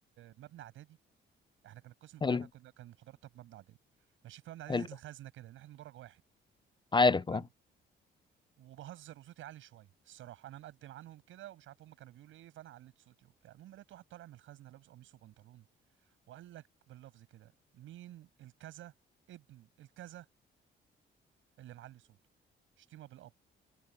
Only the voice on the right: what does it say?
مبنى اعدادي احنا كان القسم بتاعنا
كنا كان محاضراتنا في مبنى اعدادي ماشيين في مبنى اعدادي
ناحيه الخزنه كده ناحيه مدرج واحد
تمام
وبهزر وصوتي عالي شويه الصراحه انا مقدم عنهم كده ومش عارف هم كانوا بيقولوا ايه فانا عليت صوتي وبتاع المهم لقيت واحد طالع من الخزنه لابس قميص وبنطلون وقال لك باللفظ كده مين الكذا ابن الكذا اللي معلي صوته شتيمه بالاب